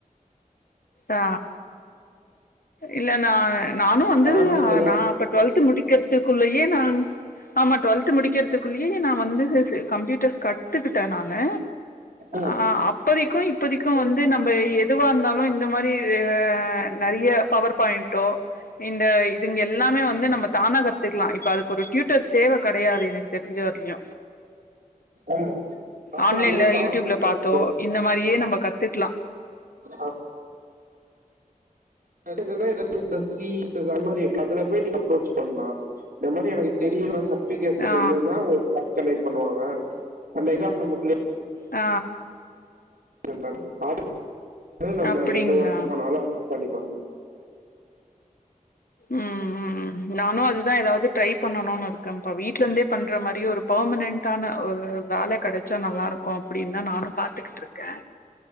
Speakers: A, on the left; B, on the right.
A: ஆ இல்ல நா நானு வந்து
B: நானே இதெல்லா
A: நா அப்ப டுவெல்த் முடிக்கத்துக்குள்ளயே நா ஆமா டுவெல்த் முடிக்கிறதுக்குள்ளேயே நா வந்து கம்ப்யூட்டர்ஸ் கத்துக்கிட்ட நானு
B: ம்
A: அ அப்பதிக்கு இப்பதிக்கு வந்து நம்ம எதுவா இருந்தாலு இந்த மாரி அ நெறைய பவர் பாயிண்ட்டோ இந்த இதுங்க எல்லாமே வந்து நம்ம தானா கத்துக்கலா இப்ப அதுக்கு ஒரு ட்யூட்டர் தேவ கடையாது எனக்கு தெரிஞ்ச வர்லியு
B: ம் ஆமா
A: ஆன்லைன்ல
B: அல்ல இப்ப
A: யூடியூப்ல
B: ஆன்லைன்ல
A: பாத்தோ
B: இருக்கு
A: இன்ன மாரியே நம்ம கத்துக்கலா
B: ஆ <unintelligible> ச சி ப்ளஸ் ப்ளஸ் அந்த மாரி இருக்கு அதுல போய் நீங்க அப்ரோச் பண்லா இந்த மாரி எனக்கு தெரியு நா சட் அப்ளிகேஷன்
A: ஆ
B: இல்லனா உங்களுக் கான்டக்ட் பண்ணுவாங்க அந்த எக்ஸாம் நம்ம க்ளியர்
A: ஆ
B: <unintelligible> அடுத்து நம்ம
A: அப்டிங்களா
B: எந்த ஒர்க்க போனாலு அக்சப் பண்ணிப்பாங்க
A: ம் ம் ம் நானு அதுதா ஏதாவ் து ட்ரை பண்ணுனு இருக்கப்பா வீட்டுல இருந்தே பண்ற மாரி ஒரு பெர்மனன்டான ஒரு வேல கெடச்சா நல்லா இருக்கு அப்டின்னு தா நானு பாத்துகிட்டு இருக்கே